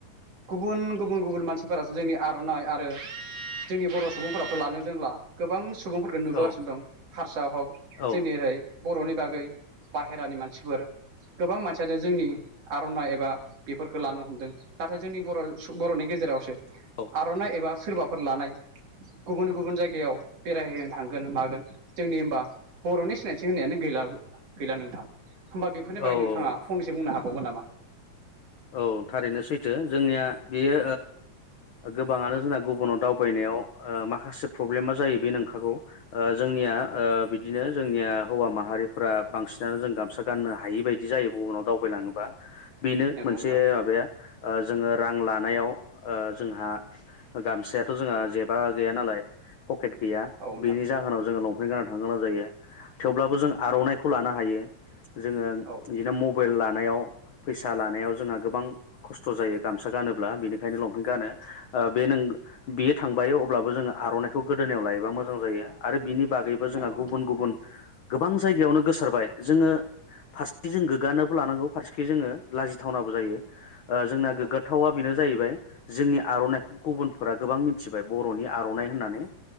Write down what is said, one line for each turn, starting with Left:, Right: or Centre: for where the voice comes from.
Right: गुबुन गुबुन गुबुन मानसिफोरासो जोंनि आर'नाइ आरो जोंनि बर' सुबुंफोराथ' लानो रोंला गोबां सुबुंफोरखौ नुबोगासिनो
Left: औ
Right: दं हारसा हग
Left: औ
Right: जोंनि ओरै बर'नि बागै बाहेर हेरानि मानसिफोर गोबां मानसियानो जोंनि <unintelligible> बेफोरखौ लानो हमदों नाथाय जोंनि बर' बर'नि गेजेरावसो
Left: औ
Right: आर'ना एबा सोरबा फोर लानाय गुबुन गुबुन जायगायाव बेरायहैनो थांगोन मागोन जोंनि हबा बर'नि सिनायथि होनायानो गैला गैला नोंथां होमबा बेफोरनि
Left: औ
Right: बागै नोंथाङा फंनसो बुंनो हागोन <unintelligible>
Left: औ थारैनो सैथो जोंनिया बेयो गोबाङानो जोंना गुबुनाव दावबायनायाव माखासे प्रब्लेमा जायो बे नंखागौ जोंनिया बिदिनो जोंनिया हौवा माहारिफोरा्रा बांसिनानो जों गामसा गाननो हायि बायदि जायो गुबुनाव दावबायलाङोबा बेनो मोनसे
Right: नंगौ नोंथां
Left: माबाया जोङो रां लानायाव जोंहा गामसायाथ' जोंहा जेबा गैया नालाय पकेट गैया
Right: औ नोंथां
Left: बेनि जाहोनाव जोंङो लं <unintelligible> गोनां जायो थेवब्लाबो जों आर'नाइखौ लानो हायो। जोङो
Right: औ
Left: बिदिनो मबाइल लानानै नायाव फैसा लानायाव जोंहा गोबां खस्थ' जायो गामसा गानोब्ला बेनिखायनो लंपेंट गानो बे नों बेयो थांबाय अब्लाबो जोङो आर'नाइखौ गोदोनायाव लायोबा मोजां जायो आरो बिनि बागैबो जोंहा
Right: नंगौ नोंथां
Left: गुबुन गुबुन गोबां जायगायावनो गोसारबाय जोङो फारसे जों गोग्गानोबो लानांगौ फारसेखि जोङो लाजि थावनाबो जायो जोंना
Right: नंगौ
Left: गोग्गाथावा बेनो जाहैबाय जोंनि आर'नाइखौ गुबुनफोरा गोबां मिथिबाय बर'नि आर'नाइ होननानै